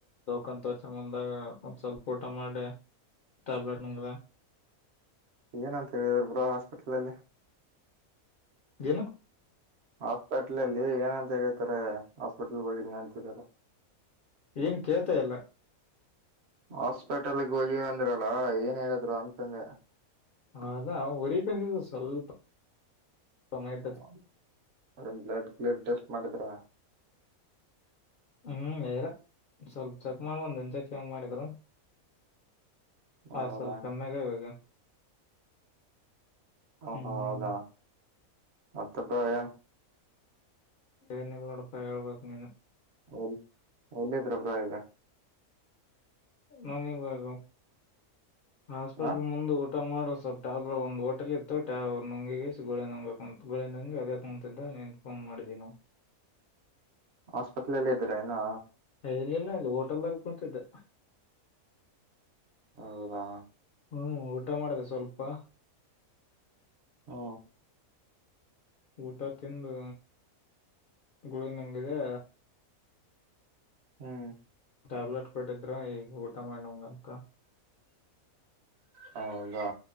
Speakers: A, on the left; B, on the right.
A: ಕಂತ ವರ್ಷ ಮುಂದಾಗ ಒಂದ್ ಸ್ವಲ್ಪ ಊಟ ಮಾಡಿ ಟ್ಯಾಬ್ಲೆಟ್ ನಂಗ್ದ
B: ಏನಂತ ಹೇಳಿದ್ರ ಬ್ರಾ ಹಾಸ್ಪಿಟಲ್ ಅಲ್ಲಿ
A: ಏನು
B: ಹತಟ್ಲೆ ಇಲ್ಲಿ ಏನಂತ ಹೇಳ್ತಾರೆ ಹಾಸ್ಪಿಟ್ಲ್ಗೆ ಹೋಗಿದನ ಅಂತರಲ್ಲ
A: ಏನ್ ಕೇಳ್ತಾ ಇಲ್ಲ
B: ಹ ಹಸ್ಪೇಟಲ್ಗೆ ಹೋಗಿ ಅಂದರಲ್ಲ ಏನ್ ಹೇಳಿದ್ರು ಅಂತಕಂಗ
A: ಹ ಅದ ಉರಿ ತಂದಿದ ಸ್ವಲ್ಪ ಮೈ
B: ಹ
A: ಟಚ್
B: ಒಂದು ಬ್ಲಡ್ ಬ್ಲಡ್ ಟೆಸ್ಟ್ ಮಾಡಿದ್ರ
A: ಹ್ಮ್ ಹೇಳರ ಸ್ವಲ್ಪ ಚೆಕ್ ಮಾಡ ಒಂದ ಇನ್ ಚೆಕ್ ಹೆಂಗ ಮಾಡಿದರು ಹ
B: ಹೌದಾ
A: ಸಲ್ಲ ಕನ್ನ ಕ ಬಗ
B: ಓಹೋ
A: ಹ್ಮ್
B: ಹೌದಾ ಮತ್ತಪಾಯ
A: <unintelligible>
B: ಒ ಒಂದೇಬಗ
A: ನನಾಗ ಹಾಸ್ಪಿಟ್ಲ್
B: ಹ
A: ಮುಂದ ಊಟ ಮಾಡ ಸ್ವಲ್ಪ್ ಟಾಬ್ರ್ ಒಂದು ಹೋಟಲ್ ಇತ್ತು ಟರ್ ನಂಗಿಗಿ ಗುಳೆ ನಂಗಬೇಕ ಗೋಳೆ ನಂಗಿ ಅದೇ ಕುಂತಿದ್ದ ಮಾಡಿದನು
B: ಹಸ್ಪಿಟಲಾಲ ಇದುರನಾ
A: ಇಲಿಲ್ಲ ಅಲ್ಲಿ ಹೋಟೆಲ್ ಅಲ್ಲಿ ಕುಂತತಿದ್ದ
B: ಹೌದಾ
A: ಹ್ಮ್ ಊಟ ಮಾಡಿದೆ ಸ್ವಲ್ಪ.
B: ಹ್ಮ
A: ಊಟ ತಿಂದು ಗುಳಿಗೆ ನುಂಗಿದೆ.
B: ಹ್ಮ್
A: ಟ್ಯಾಬ್ಲೆಟ್ ಕೊಟ್ಟಿದ್ರರು ಈಗ ಊಟ ಮಾಡ ನುಂಗಂತ.
B: ಹೌದಾ